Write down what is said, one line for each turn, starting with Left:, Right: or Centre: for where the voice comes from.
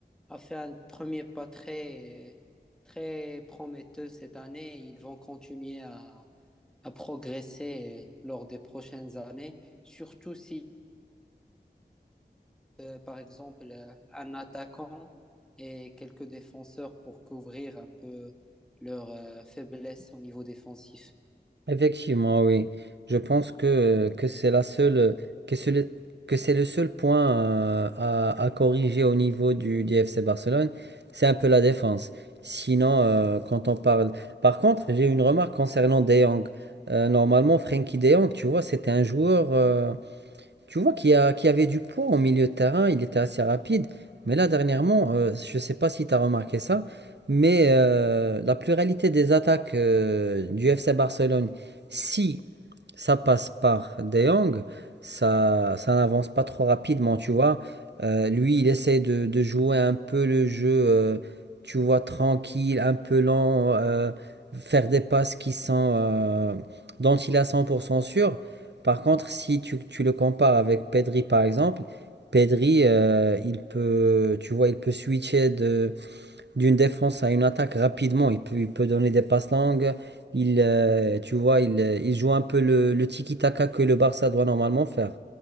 Centre: a fait un premier pas très, très prometteur cette année. Ils vont continuer à à progresser euh, lors des prochaines années, surtout si, euh, par exemple, euh, un attaquant et quelques défenseurs pour couvrir un peu leur euh, faiblesse au niveau défensif.
Right: effectivement, oui. Je pense que, que c'est la seule, que c'est le, que c'est le seul point euh, à, à corriger au niveau du, du FC Barcelone, c'est un peu la défense. Sinon, euh, quand on parle. Par contre, j'ai une remarque concernant De Jong. Euh, normalement, Frenkie De Jong, tu vois, c'était un joueur. euh, Tu vois qu'il y a, qu'il y avait du poids au milieu de terrain, il était assez rapide. Mais là, dernièrement, euh, je ne sais pas si tu as remarqué ça, mais euh, la pluralité des attaques euh, du FC Barcelone, si ça passe par De Jong, ça, ça n'avance pas trop rapidement, tu vois. Euh, lui, il essaie de, de jouer un peu le jeu, euh, tu vois, tranquille, un peu lent, euh, faire des passes qui sont, euh, dont il a 100% sûr. Par contre, si tu, tu le compares avec Pedri, par exemple, Pedri, euh, il peut, tu vois, il peut switcher de, d'une défense à une attaque rapidement. Il peut, il peut donner des passes longues. Il, euh, tu vois, il, euh, il joue un peu le, le tiki-taka que le Barça doit normalement faire.